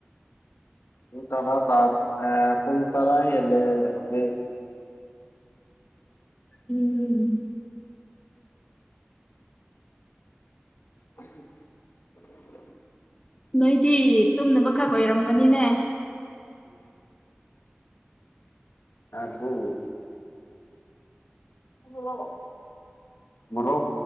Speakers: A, on the left (about 75°); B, on the left (about 25°).
A: ꯄꯨꯡ ꯇꯔꯥ ꯇꯥ ꯑ ꯄꯨꯡ ꯇꯔꯥꯏ ꯍꯦ ꯍꯧꯖꯤꯛ
B: ꯎꯝ
A: <unintelligible>
B: ꯅꯣꯏꯗꯤ ꯇꯨꯝꯅꯕꯈꯛ ꯑꯣꯏꯔꯝꯒꯅꯤꯅꯦ
A: ꯎꯝ ꯑꯗꯕꯣ ꯑꯣ
B: <unintelligible>
A: ꯃꯣꯔꯣꯛ